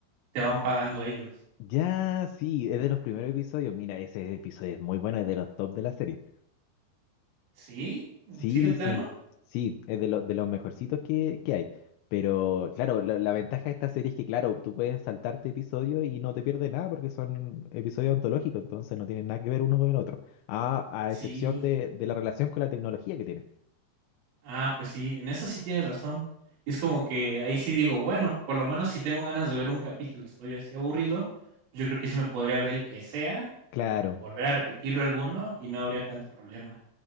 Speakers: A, on the right; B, on the left.
A: te van pagando ellos.
B: Ya, sí, es de los primeros episodios. Mira, ese episodio es muy bueno, es de los top de la serie.
A: ¿Sí?
B: Sí,
A: ¿Sí de plano?
B: sí, sí, es de, lo- de los mejorcitos que, que hay. Pero claro, la, la ventaja de esta serie es que, claro, tú puedes saltarte episodios y no te pierdes nada porque son episodios ontológicos, entonces no tienen nada que ver uno con el otro. A, a
A: Sí.
B: excepción de, de la relación con la tecnología que tiene.
A: Ah, pues sí, en eso sí tienes razón. Y es como que ahí sí digo, bueno, por lo menos si tengo ganas de ver un capítulo, estoy así aburrido, pues yo creo que sí me podría ver el que sea
B: Claro,
A: o volver a repetirlo alguno y no habría tanto problema.